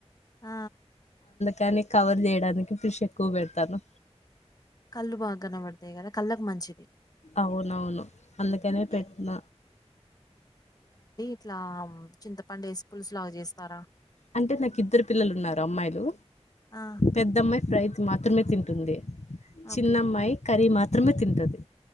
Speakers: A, on the left; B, on the left.
A: ఆ
B: కానీ కవర్ చేయడానికి ఫిష్ ఎక్కువ పెడతాను
A: కళ్లు బాగ కనపడతాయి కదా కళ్ళకి మంచిది
B: అవునవును అందుకనే పెట్టిన
A: ఏ ఇట్ల చింతపండు వేసి పులుసు లాగ చేస్తారా
B: అంటే నాకు ఇద్దరు పిల్లలు ఉన్నారు అమ్మాయిలు
A: ఆ
B: పెద్దమ్మాయి ఫ్రైస్ మాత్రమే తింటుంది
A: ఓకే
B: చిన్నమ్మాయి కర్రీ మాత్రమే తింటది